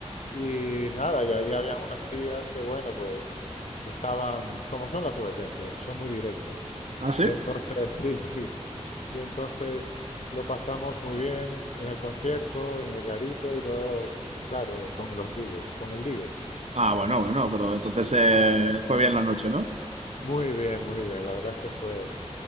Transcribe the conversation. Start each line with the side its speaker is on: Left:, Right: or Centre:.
Left: y nada, y ahí habían unas tías que, bueno, pues estaban, como son las obetenses, son muy directas.
Right: ¿Ah, sí?
Left: Y entonces, <laughs> sí, sí. Y entonces lo pasamos muy bien en el concierto, en el garito y luego, claro, con los ligues, con el ligue.
Right: Ah, bueno, bueno, pero entonces eh, fue bien la noche, ¿no?
Left: Muy bien, muy bien. La verdad es que fue